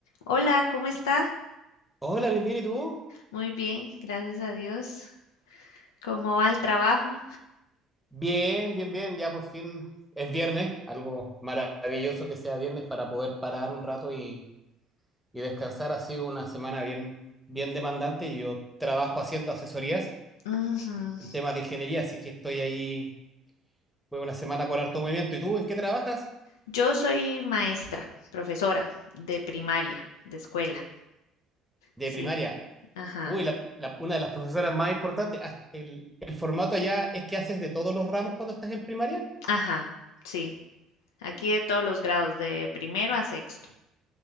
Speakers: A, on the left; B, in the centre.
A: Hola, ¿cómo está?
B: Hola, bien, bien, ¿y tú?
A: Muy bien, gracias a Dios. ¿Cómo va el trabajo?
B: Bien, bien, bien, ya por fin es viernes, algo maravilloso que sea viernes para poder parar un rato y, y descansar. Ha sido una semana bien, bien demandante y yo trabajo haciendo asesorías
A: Ujú.
B: en temas de ingeniería, así que estoy ahí, fue una semana con harto movimiento. ¿Y tú en qué trabajas?
A: Yo soy maestra, profesora de primaria, de escuela.
B: De
A: Sí.
B: primaria.
A: Ajá.
B: Uy, la, la- una de las profesoras más importantes. Ah, El, el formato allá es que haces de todos los ramos cuando estás en primaria.
A: Ajá. Sí. Aquí de todos los grados, de primero a sexto.